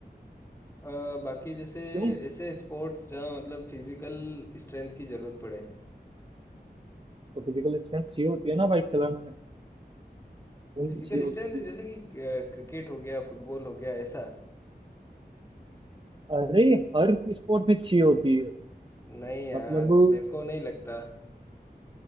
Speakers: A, on the left; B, on the right.
A: अ, बाकी जैसे
B: क्यों
A: ऐसे स्पोर्ट्स जहाँ मतलब फिजिकल स्ट्रेंथ की ज़रूरत पड़े
B: तो फिजिकल स्ट्रेंथ चाहिए होती है ना बाइक चलाने में तुम
A: फिजिकल
B: चाहिए होती
A: स्ट्रेंथ जैसे
B: है
A: कि क्रिकेट हो गया फुटबॉल हो गया ऐसा
B: अरे हर स्पोर्ट में चाहिए होती है
A: नहीं यार
B: मतलब
A: मेरे को नहीं लगता